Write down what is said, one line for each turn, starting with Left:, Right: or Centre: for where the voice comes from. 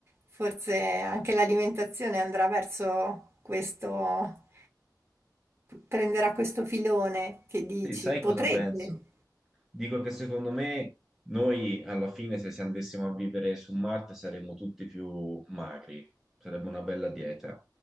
Right: forse anche l'alimentazione andrà verso questo, prenderà questo filone che dici,
Centre: sì, sai
Right: potrebbe.
Centre: cosa penso? Dico che secondo me noi alla fine, se si andassimo a vivere su Marte, saremmo tutti più magri, sarebbe una bella dieta.